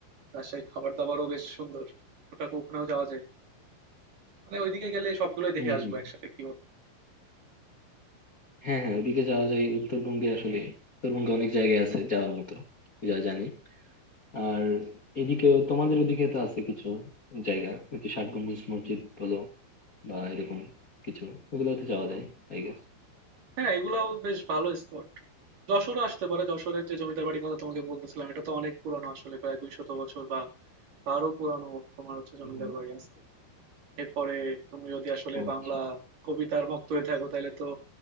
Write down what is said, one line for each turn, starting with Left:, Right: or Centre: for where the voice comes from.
Right: রাজশাহীর খাবার দাবারও বেশ সুন্দর ওটা ওখানেও যাওয়া যায় মানে ওইদিকে গেলে সবগুলোই দেখে
Left: হম
Right: আসবো
Left: হম
Right: একসাথে কি বল
Left: হ্যাঁ হ্যাঁ ওদিকে যাওয়া যায় উত্তরবঙ্গে আসলে উত্তরবঙ্গে অনেক জায়গায় আছে যাওয়ার মতো যা জানি আর এদিকেও তোমাদের ওদিকে তো আছে কিছু জায়গা ওই যে ষাট গম্বুজ মসজিদ বলো বা এরকম কিছু ওগুলোতে যাওয়া যায় আই গেস
Right: হ্যাঁ এগুলাও বেশ ভালো স্পট যশোরও আসতে পারো যশোরের যে জমিদার বাড়ির কথা তোমাকে বলতেছিলাম এটা তো অনেক পুরানো আসলে প্রায় দুইশত বছর বা তারও পুরানো তোমার হচ্ছে জমিদার
Left: হম
Right: বাড়ি আছে এরপরে তুমি যদি আসলে
Left: ও
Right: বাংলা
Left: আচ্ছা
Right: কবিতার ভক্ত হয়ে থাকো তাহলে তো